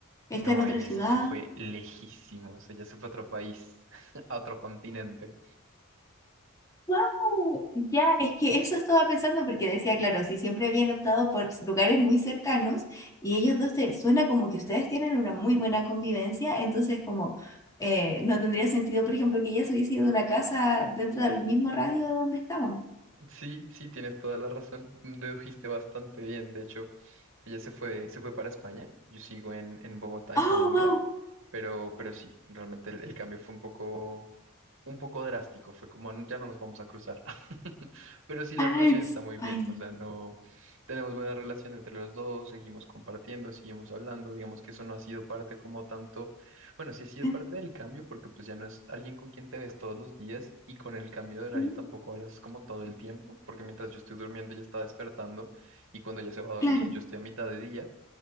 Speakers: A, on the left; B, on the right.
A: ¿Está
B: no,
A: en otra
B: ella
A: ciudad?
B: sí se fue lejísimos, ella se fue a otro país, <laughs> a otro continente.
A: Wow, Ya, es que eso estaba pensando porque decía, claro, si siempre habían optado por lugares muy cercanos y ellos dos, te, suena como que ustedes tienen una muy buena convivencia, entonces como eh, no tendría sentido, por ejemplo, que ella se hubiese ido a una casa dentro del mismo radio donde estaban.
B: Sí, sí, tienes toda la razón. Dedujiste bastante bien. De hecho, ella se fue, se fue para España. Yo sigo en, en Bogotá,
A: Oh,
B: en Colombia,
A: wow.
B: pero, pero sí, realmente el, el cambio fue un poco, un poco drástico, fue como, "No, ya no nos vamos a cruzar. <laughs> Pero sí, la
A: Ah,
B: relación
A: España.
B: está muy bien, o sea, no tenemos buena relación entre los dos, seguimos compartiendo, seguimos hablando, digamos que eso no ha sido parte como tanto, bueno, sí ha sido
A: En-
B: parte del cambio porque pues ya no es alguien con quien te ves todos los días y con el cambio de horario
A: mm,
B: tampoco hablas como todo el tiempo, porque mientras yo estoy durmiendo ella está despertando y cuando ella se va a dormir
A: Claro.
B: yo estoy a mitad de día,